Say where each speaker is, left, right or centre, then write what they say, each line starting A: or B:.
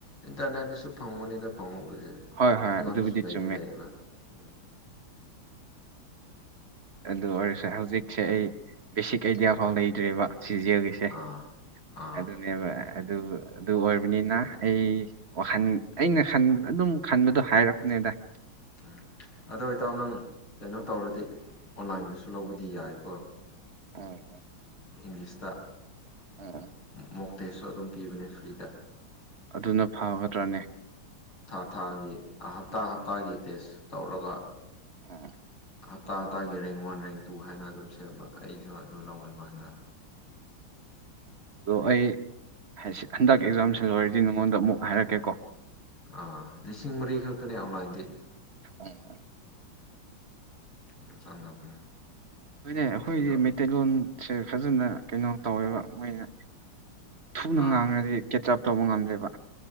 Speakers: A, on the left; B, on the right.
A: ꯏꯟꯇꯔꯅꯦꯠꯇꯁꯨ ꯐꯪꯕꯅꯤꯗ ꯐꯪꯪꯕꯨꯗꯤ ꯑꯦ
B: ꯍꯣꯏ ꯍꯣꯏ
A: ꯑꯩꯉꯣꯟꯗꯁꯨꯨ
B: ꯑꯗꯨꯕꯨꯗꯤ
A: ꯂꯩꯥꯗꯤ
B: ꯆꯨꯝꯃꯦ
A: ꯂꯩꯌꯦꯕ ꯎꯝ
B: ꯑꯗꯨ ꯑꯣꯏꯔꯁꯨ ꯍꯧꯖꯤꯛꯁꯦ ꯑꯩ ꯕꯦꯁꯤꯛ ꯑꯥꯏꯗꯤꯌꯥ ꯐꯥꯎ ꯂꯩꯇ꯭ꯔꯦꯕ ꯁꯤꯖꯤꯑꯣꯒꯤꯁꯦ
A: ꯑꯥ ꯑꯥ
B: ꯑꯗꯨꯅꯦꯕ ꯑꯗꯨ ꯑꯗꯨ ꯑꯣꯏꯔꯕꯅꯤꯅ ꯑꯩ ꯋꯥꯈꯜ ꯑꯩꯅ ꯈꯟ ꯑꯗꯨꯝ ꯈꯟꯕꯗꯣ ꯍꯥꯏꯔꯛꯄꯅꯦ ꯀꯗꯥꯢ
A: ꯎꯝ ꯑꯗꯣ ꯏꯇꯥꯎ ꯅꯪ ꯀꯩꯅꯣ ꯇꯧꯔꯗꯤ ꯑꯣꯟꯂꯥꯏꯟꯗꯁꯨ ꯂꯧꯕꯗꯤ ꯌꯥꯏꯀꯣ
B: ꯑꯣ
A: ꯏꯪꯂꯤꯁꯇ
B: ꯑꯣ
A: ꯃꯣꯛ ꯇꯦꯁꯁꯨ ꯑꯗꯨꯝ ꯄꯤꯕꯅꯦ ꯐ꯭ꯔꯤꯗ
B: ꯑꯗꯨꯅ ꯐꯒꯗ꯭ꯔꯅꯦ
A: ꯊꯥ ꯊꯥꯒꯤ ꯍꯞꯇꯥ ꯍꯞꯇꯥꯒꯤ ꯇꯦꯁ ꯇꯧꯔꯒ
B: ꯑꯣ
A: ꯍꯞꯇꯥ ꯍꯞꯇꯥꯒꯤ ꯔꯦꯡ ꯋꯥꯟ ꯔꯦꯡ ꯇꯨ ꯍꯥꯏꯅ ꯑꯗꯨꯝ ꯁꯦꯝꯕ ꯑꯩꯁꯨ ꯑꯗꯨ ꯂꯧꯋꯦꯕ ꯍꯟꯗꯛ <unintelligible>
B: ꯑꯗꯣ ꯑꯩ ꯍꯩꯁ ꯍꯟꯗꯛ ꯑꯦꯛꯖꯥꯝꯁꯦ ꯂꯣꯏꯔꯗꯤ ꯅꯉꯣꯟꯗ ꯑꯃꯨꯛ ꯍꯥꯏꯔꯛꯀꯦꯀꯣ
A: ꯑꯥ ꯂꯤꯁꯤꯡ ꯃꯔꯤ ꯈꯛꯇꯅꯦ ꯑꯣꯟꯂꯥꯏꯟꯗꯤ
B: ꯑꯣ
A: <unintelligible>
B: ꯍꯣꯏꯅꯦ ꯑꯈꯣꯏꯗꯤ
A: ꯑꯗꯣ
B: ꯃꯩꯇꯩꯂꯣꯟ ꯁꯦ ꯐꯖꯟꯅ ꯀꯩꯅꯣ ꯇꯧꯋꯦꯕ ꯃꯣꯏꯅ ꯊꯨꯅ
A: ꯑꯥ
B: ꯉꯥꯡꯉꯗꯤ ꯀꯦꯠꯆꯞ ꯇꯧꯕ ꯉꯝꯗꯦꯕ